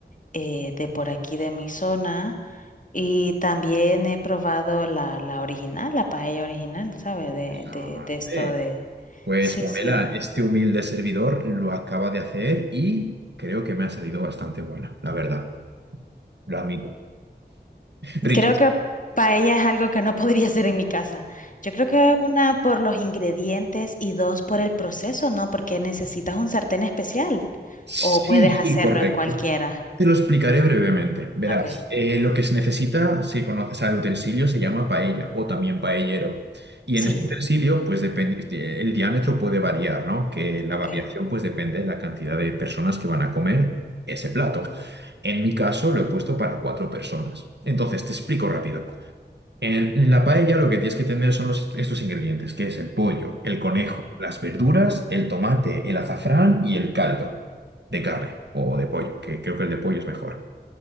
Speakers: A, on the left; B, on the right.
A: eh, de por aquí de mi zona. Y también he probado la, la original, la paella original, ¿sabe? De, de,
B: hombre.
A: de esto de...
B: Pues
A: Sí,
B: Pamela,
A: sí.
B: este humilde servidor lo acaba de hacer y creo que me ha salido bastante buena, la verdad. Lo admito. Riquísimo.
A: Creo que paella es algo que no <laughs> podría hacer en mi casa. Yo creo que una por los ingredientes y dos por el proceso, ¿no? Porque necesitas un sartén especial
B: Sí,
A: o puedes
B: sí,
A: hacerlo
B: correcto.
A: en cualquiera.
B: Te lo explicaré brevemente. Verás,
A: Ok.
B: eh, lo que se necesita, si conoces al utensilio, se llama paella o también paellero. Y
A: Sí,
B: en este utensilio,
A: sí.
B: pues depende, el diámetro puede variar, ¿no? Que la
A: Ok.
B: variación, pues depende de la cantidad de personas que van a comer ese plato. En mi caso, lo he puesto para cuatro personas. Entonces, te explico rápido. En, el- en la paella lo que tienes que tener son los- estos ingredientes, que es el pollo, el conejo,
A: Mm.
B: las verduras, el tomate, el azafrán y el caldo de carne o de pollo, que creo que el de pollo es mejor.